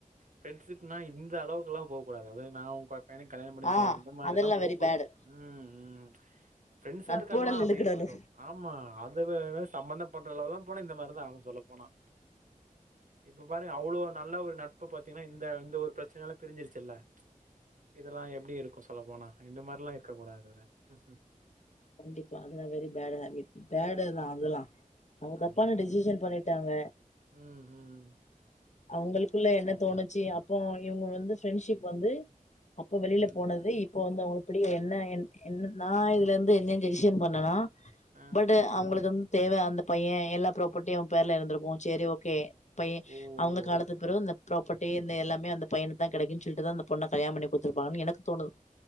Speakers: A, on the right; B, on the left.
A: ஃப்ரெண்ட்ஷிப்னா இந்த அளவுக்குல்லா போக் கூடாது அதாவது நா உ குவக் பையனுக் கல்யாணம் பண்ணித்
B: ஆ
A: தர அந்த மாரி
B: அதெல்லா
A: எல்லா போக
B: வெரி
A: கூடாது
B: பேடு
A: உம் உம் ஃபிரெண்ட்ஸா
B: நட்போடல்
A: இருக்காங்களா அப்டி
B: இழுக்குடலு
A: இருக்கட்டு ஆமா அதுவே சம்மந்த பண்ற அளவுல்லா போனா இந்த மாதிரிதா ஆகு சொல்லப் போனா இப்பப் பாருங்க அவ்ளோ நல்ல ஒரு நட்பு பாத்தீங்கன்னா இந்த இந்த ஒரு பிரச்சனனால பிரிஞ்சிருச்சில்ல இதெல்லா எப்டி இருக்கு சொல்ல போனா இந்த மாதிரி எல்லா இருக்க கூடாது ம் ம
B: கண்டிப்பா அதெல்லா வெரி பேடு ஹேபிட் பேடு தா அதெல்லா அவங்க
A: ஆமா.
B: தப்பான டிசிஷன் பண்ணிட்டாங்க
A: ம் உம்
B: அவங்களுக்குள்ள என்ன தோணுச்சி அப்போ இவங்க வந்து ஃப்ரெண்ட்ஷிப் வந்து அப்போ வெளியில
A: ம்.
B: போனது இப் இப்போ வந்து உங்ளுக்கு பிடி என்ன என் என் நா இதுல இருந்து என்ன டிசிஸன் பண்ணனா
A: ஆ.
B: பட் அவங்களுக்கு வந்து தேவ அந்த பைய எல்லா ப்ராப்பர்ட்டியு பேர்ல இருந்திருக்கு சேரி ஓகே பையே
A: ஓ.
B: அவங்க காலத்து பிறகு இந்த ப்ராப்பர்ட்டி இந்த எல்லாம அந்த பையனு தா கெடைக்குன்னு சொல்லிட்டு தா அந்த பொண்ண கல்யாம் பண்ணி குடுத்துருப்பாங்கன்னு எனக்கு தோணுது